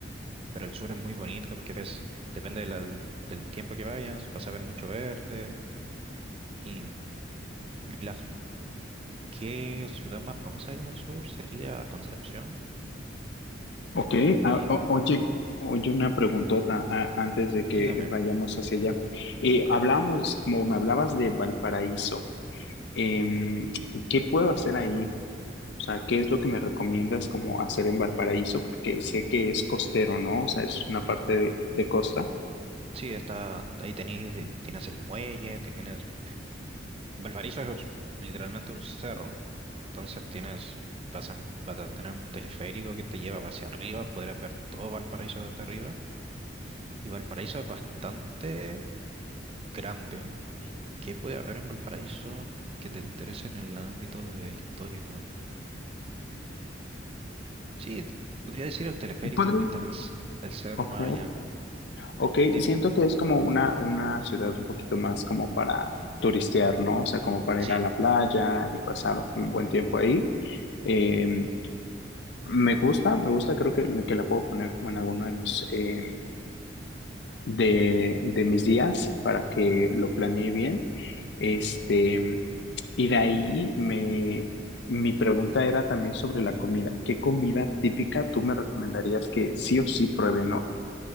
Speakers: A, on the right (about 30°); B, on the left (about 65°).
A: pero el sur es muy bonito porque ves, depende de la- del tiempo que vayas, vas a ver mucho verde. Y las, ¿qué ciudad más famosa hay en el sur? Sería Concepción.
B: Ok,
A: Y
B: a- o- oye, oye una preguntota a- antes de que
A: dígame,
B: vayamos hacia allá. Eh, hablamos, o me hablabas de Valparaíso. Em, ¿qué puedo hacer ahí? O sea, ¿qué es lo que me recomiendas como hacer en Valparaíso? Porque sé que es costero, ¿no? O sea, es una parte de, de costa.
A: sí, está, ahí tenés, tienes el muelle, tienes Valparaíso es literalmente un cerro, entonces tienes, vas a, vas a tener un teleférico que te lleva hacia arriba, podrás ver todo Valparaíso desde arriba. Y Valparaíso es bastante grande. ¿Y qué puede haber en Valparaíso que te interese en el ámbito de histórico? Sí, podría decir el teleférico
B: Podré-
A: que está en el, c- el cerro
B: Ok,
A: más allá.
B: ok,
A: Dime.
B: siento que es como una, una ciudad un poquito más como para turistear, ¿no? O sea, como para
A: Sí,
B: ir a la playa y pasar un buen tiempo ahí. Em, Me gusta, me gusta, creo que, que la puedo poner como en alguno de mis, eh, de, de mis días para que lo planee bien. Este, y de ahí me, mi pregunta era también sobre la comida. ¿Qué comida típica tú me recomendarías que sí o sí pruebe, no?